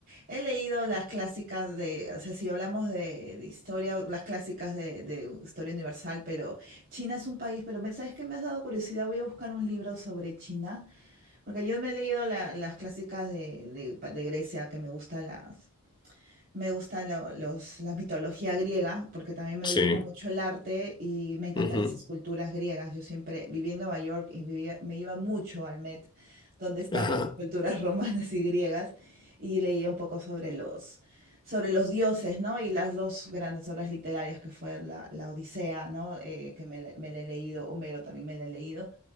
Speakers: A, on the right; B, on the left.
A: He leído las clásicas de, o sea, si hablamos de, de historia, las clásicas de, de historia universal, pero China es un país, pero me- ¿sabes qué? Me has dado curiosidad, voy a buscar un libro sobre China, porque yo me he leído la- las clásicas de, de, pa- de Grecia, que me gustan las, me gusta lo- los, la mitología griega, porque también me
B: Sí.
A: gusta mucho el arte y me encantan
B: Ujú.
A: las esculturas griegas. Yo siempre viví en Nueva York y vivía- me iba mucho al Met, donde están
B: Ajá.
A: las esculturas <laughs> romanas y griegas, y leía un poco sobre los, sobre los dioses, ¿no? Y las dos grandes obras literarias que fue la, la Odisea, ¿no? Eh, que me, le- me la he leído, Homero también me la he leído,